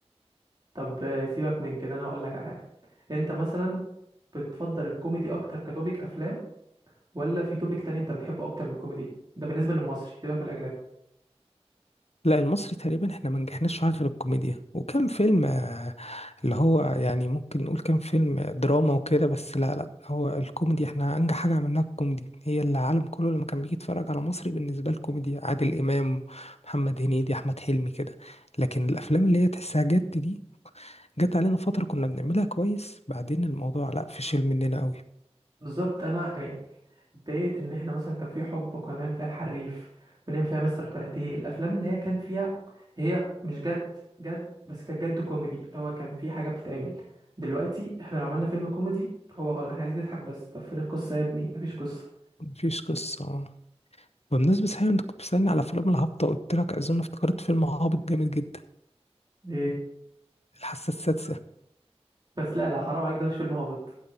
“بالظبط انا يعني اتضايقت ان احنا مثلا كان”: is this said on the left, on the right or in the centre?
Right